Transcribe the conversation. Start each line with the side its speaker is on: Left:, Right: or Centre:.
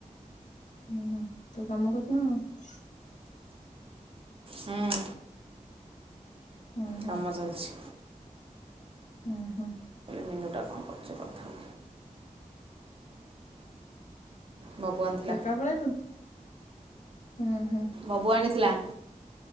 Left: ଉଁହୁଁ ତୁ କାମ କରୁଛୁ ନା କଣ?
Right: ହୁଁ।
Left: ହୁଁ ହୁଁ
Right: କାମ ଚାଲୁଛି।
Left: ଓ ହୋ।
Right: ମିନୁଟ କଣ କରଚ୍ଚ କଥା? ବବୁ ଆଣିଥିଲା
Left: ତ ଏକା ପଳେଇଲୁ। ହୁଁ ହୁଁ।
Right: ବବୁ ଆଣିଥିଲା।